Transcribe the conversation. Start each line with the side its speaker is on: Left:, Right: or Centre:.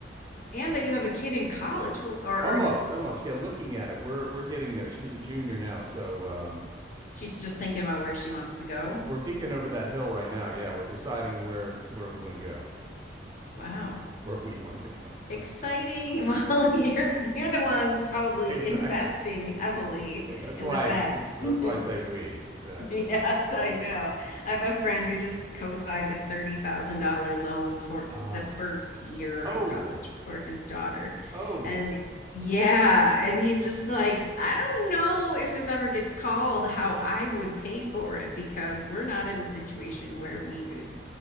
Left: And
Right: yeah
Left: that you have a kid in college ho- or
Right: almost
Left: or
Right: almost yeah. Looking at it, we're we're getting there. She's a junior now, so um,
Left: she's just thinking about where she wants to go.
Right: we're peeking over that hill right now. Yeah, we're deciding where where we want to go,
Left: Wow.
Right: where we want to go
Left: Exciting. <laughs> Well, you're you're the one probably
Right: <laughs> exactly.
Left: investing heavily
Right: Hey, that's
Left: in
Right: why
Left: the fact.
Right: I
Left: <laughs>
Right: that's why I say we exactly.
Left: <laughs> Yes, I know.
Right: Yes.
Left: I have a friend who just co-signed a $30,000 loan for
Right: Ah.
Left: the
Right: Uh,
Left: first year
Right: oh.
Left: of college for his daughter.
Right: Oh.
Left: And yeah, and he's just like, I don't know if this ever gets called how I would pay for it because we're not in a situation where we could,